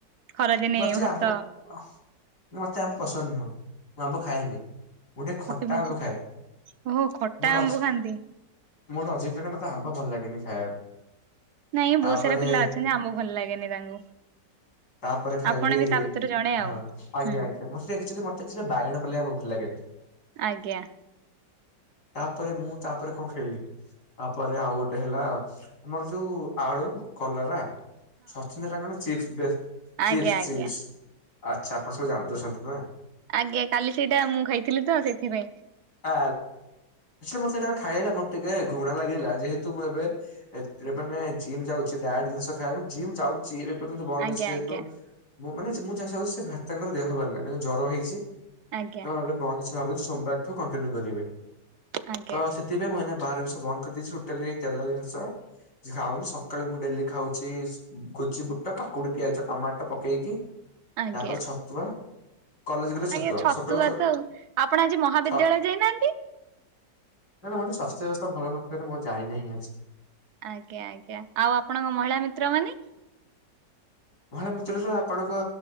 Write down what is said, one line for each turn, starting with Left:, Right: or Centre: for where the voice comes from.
Right: ଖରାଦିନେ
Left: ମୋର ଚେ
Right: ଭାତ
Left: ଆମ୍ବ ଯେ ମତେ ଆମ୍ବ ପସନ୍ଦ ନୁହଁ ମୁଁ ଆମ୍ବ ଖାଏନି। ମୁଁ ଟିକେ
Right: ପକେଇମିତି।
Left: ଖଟା ଆଗ ଖାଏ
Right: ଓହୋ ଖଟା
Left: ମୋର
Right: ଆମ୍ବ
Left: ଅଛି
Right: ଖାଆନ୍ତି।
Left: ମୁଁ ଗୋଟ ଅଜିିବ୍ ପିଲା ମତେ ଆମ୍ବ ଭଲ ଲାଗନି ଖାଇବାକୁ।
Right: ନାଇଁ
Left: ତାପରେ
Right: ବହୁତ ସାରା ପିଲା ଅଛନ୍ତି ଆମ୍ବ ଭଲ ଲାଗେନି ତାଙ୍କୁ।
Left: ତାରେ ଖାଇଲି
Right: ଆପଣ ବି ତା ଭିତରୁ ଜଣେ
Left: ହଁ
Right: ଆଉ।
Left: ଆଜ୍ଞା
Right: ହୁଁ
Left: ଆଜ୍ଞା ମତେଟିକେ ବାଇଗଣ ପଲେଇ ଆମ୍ବ ଭଲ ଲାଗେ।
Right: ଆଜ୍ଞା।
Left: ତାପରେ ମୁଁ ତାପରେ କଅଁ ଖେଳିଲି? ତାପରେ ଆଉ ଗୋଟେ ହେଲା ଆମର ଯୋଉ ଆଳୁ କଲରା ସଚିନ୍ଦ୍ରା କଣନା ଚିପ୍ସ ବେଶ ଚିପ୍ସ
Right: ଆଜ୍ଞା ଆଜ୍ଞା।
Left: ଚିପ୍ସ ଆଛା ଆପଣ ସବୁ ଜାଣିୁଦଉଛନ୍ତି ପା।
Right: ଆଜ୍ଞା କାଲି ସେଇଟା ମୁଁ ଖାଇଥିଲି ତ ସେଇଥିପାଇଁ।
Left: ଆ ମ ସେଇଟା ଖାଇଲା ମୋର ଟିକେ ଘୁଣା ଲାଗେଇା ଯେହେତୁ ମୁଁ ଏବେ ମାନେ ଜିମ୍ ଯାଉଛି ଡାଟ୍ ଜିନିଷ ଖାଏ ଜିମ୍ ଯାଉଛି ଏବେ କିନ୍ତୁ ବନ୍ଦ
Right: ଆଜ୍ଞା
Left: ଅଛି ଯେହେତୁ
Right: ଆଜ୍ଞା
Left: ଉଁ ମାନେ ମୁଁ ଯାହା ଚାଉଁଛି ସେ ଭ୍ରାତାଙ୍କର ଦେହ ଭଲ ନାହିଁ ତାଙ୍କୁ ଜର ହେଇଛି
Right: ଆଜ୍ଞା
Left: ତ ଏ ସେ ଭାବୁଛି ସୋମବାରଠୁ କଣ୍ଟିନ୍ୟୁ କରିବେ
Right: ଆଜ୍ଞା।
Left: ତ ସେ ତେବେ ମୁଁ ଏଇନା ବାହାର ଜିନିଷ ବନ୍ଦ କରିଦେଇଛି ଟୋଟାଲି ତେଲ ଜିନିଷ ଖାଉନି ସକାଳେ ମୁଁ ଡେଲି ଖାଉଛି କୋଚି ବୁଟ କାକୁଡି ପିଆଜ ଟମାଟ ପକେଇକି
Right: ଆଜ୍ଞା
Left: ତାପରେ ଛତୁଆ କଲେଜ ଗଲେ
Right: ଆଜ୍ଞା ଛତୁଆ
Left: ସକାଳୁ ଖ
Right: ତ ଆଉ ଆପଣ ଆଜି ମହାବିଦ୍ୟାଳୟ
Left: ଛ
Right: ଯାଇନାହାନ୍ତି?
Left: ନାଁ ନାଁ ଶୋର ସ୍ୱାସ୍ଥ୍ୟ ବ୍ୟବସ୍ଥା ଭଲ ନଥିବାରୁ ମୁଁ ଯାଇନାହିଁ ଆଜି
Right: ଆଜ୍ଞା ଆଜ୍ଞା ଆଉ ଆପଣଙ୍କ ମହିଳା ମିତ୍ର ମାନେ?
Left: ମହିଳା ମିତ୍ର ଆପଣଙ୍କ